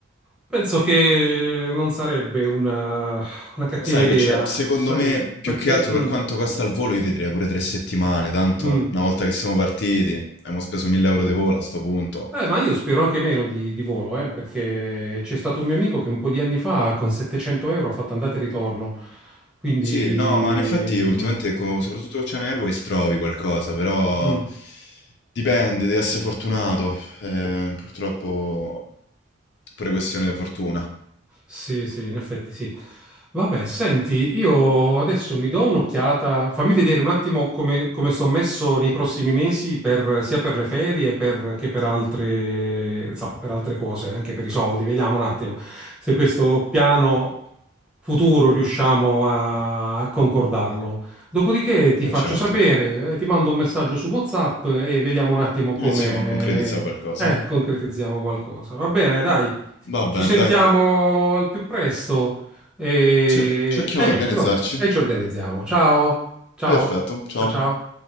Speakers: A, in the centre; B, on the left.
A: penso che non sarebbe una, una cattiva
B: Ma sai
A: idea,
B: che c'è? Secondo
A: sai,
B: me, più
A: perché...
B: che altro
A: mm,
B: per quanto costa il volo, io ti direi pure tre settimane, tanto
A: mm.
B: una volta che siamo partiti, abbiamo speso 1000 euro di volo a sto punto.
A: Eh, ma io spero anche meno di, di volo, eh, perché c'è stato un mio amico che un po' di anni fa con 700 euro ha fatto andata e ritorno, quindi...
B: Sì, no, ma in effetti ultimamente,
A: mm,
B: co- soprattutto con Ocean Airways, trovi qualcosa, però
A: mm.
B: dipende, devi essere fortunato. eh, purtroppo è pure questione di fortuna.
A: Sì, sì, in effetti sì. Vabbè, senti, io adesso mi do un'occhiata, fammi vedere un attimo come, come sto messo nei prossimi mesi per- sia per le ferie per- che per altre, insomma, per altre cose, anche per i soldi. Vediamo un attimo se questo piano futuro riusciamo a, a concordarlo. Dopodiché ti
B: E
A: faccio
B: certo,
A: sapere, eh, ti mando un messaggio su WhatsApp e vediamo un attimo
B: iniziamo
A: come,
B: a concretizzare qualcosa.
A: eh, concretizziamo qualcosa. Va bene, dai.
B: Va
A: Ci
B: bene,
A: sentiamo
B: dai.
A: al più presto e,
B: Sì, cerchiamo
A: e
B: di
A: niente,
B: organizzarci.
A: vabbè, e ci organizziamo. Ciao, ciao,
B: Perfetto, ciao.
A: ciao, ciao.